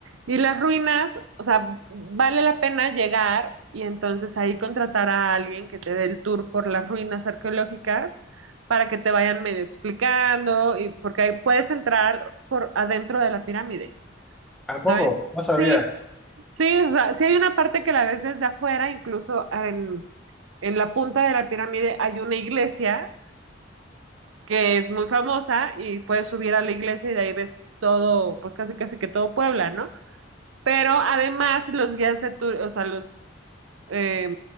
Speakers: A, on the right; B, in the centre.
A: Y las ruinas, o sea, vale la pena llegar y entonces ahí contratar a alguien que te dé el tour por las ruinas arqueológicas para que te vayan medio explicando y porque ahí puedes entrar por adentro de la pirámide,
B: ¿A poco?
A: ¿sabes?
B: No sabía.
A: Sí. Sí, o sea, sí hay una parte que la ves desde afuera, incluso en, en la punta de la pirámide hay una iglesia que es muy famosa y puedes subir a la iglesia y de ahí ves todo, pues casi casi que todo Puebla, ¿no? Pero además los guías de tu- o sea, los, eh,